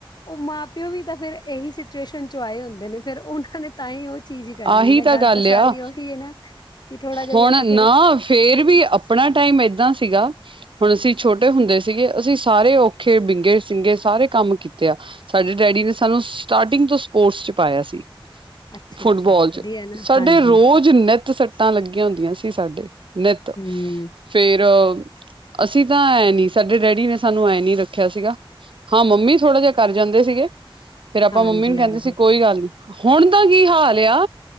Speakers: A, on the left; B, on the right.
A: ਉਹ ਮਾਂ ਪਿਓ ਵੀ ਤਾਂ ਫੇਰ ਇਹੀ ਸੀ। ਸ ਚੋਂ ਆਏ ਹੁੰਦੇ ਨੇ ਫੇਿਰ ਉਹਨਾਂ ਨੇ <inaudible> ਚੀਜ਼ ਹੀ ਕਰਨੀ
B: ਆਹੀ
A: ਨਾ
B: ਤਾਂ ਗੱਲ
A: ਸਾਰੀ
B: ਆ
A: ਉਹੀ ਹੈ ਨਾ ਕਿ ਥੋੜਾ ਜਿਹਾ
B: ਹੁਣ
A: ਜਾਂ ਤਾਂ ਫੇਰ
B: ਨਾ ਫੇਰ ਵੀ ਆਪਣਾ ਟਾਈਮ ਏਦਾਂ ਸੀਗਾ ਹੁਣ ਅਸੀਂ ਛੋਟੇ ਹੁੰਦੇ ਸੀਗੇ ਅਸੀਂ ਸਾਰੇ ਔਖੇ ਬਿੰਗੇ ਸਿੰਗੇ ਸਾਰੇ ਕੰਮ ਕੀਤੇ ਆ ਸਾਡੇ ਡੈਡੀ ਨੇ ਸਾਨੂੰ ਸਟਾਰਟਿੰਗ ਤੋਂ ਸਪੋਰਟਸ ਚ ਪਾਇਆ ਸੀ।
A: ਅੱਛਾ-ਅੱਛਾ
B: ਫੁੱਟਬਾਲ ਚ
A: ਵਧੀਆ ਨਾ
B: ਸਾਡੇ
A: ਹਾਂਜੀ,
B: ਰੋਜ਼ ਨਿੱਤ ਸੱਟਾਂ ਲੱਗੀਆਂ ਹੁੰਦੀਆਂ ਸੀ। ਸਾਡੇ। ਨਿਤ
A: ਹੂੰ,
B: ਫੇਰ ਅਸੀਂ ਤਾਂ ਐਂ ਨੀ ਸਾਡੇ ਡੈਡੀ ਨੇ ਸਾਨੂੰ ਐਂ ਨੀ ਰੱਖਿਆ ਸੀਗਾ। ਹਾਂ ਮੰਮੀ ਥੋੜ੍ਹਾ ਜਿਹਾ ਕਰ ਜਾਂਦੇ ਸੀਗੇ। ਫੇਰ ਆਪਾਂ
A: ਹਾਂਜੀ-ਹਾਂਜੀ
B: ਮੰਮੀ ਨੂੰ ਕਹਿੰਦੇ ਸੀ ਕੋਈ ਗੱਲ ਨਹੀਂਂ। ਹੁਣ ਦਾ ਕੀ ਹਾਲ ਆ।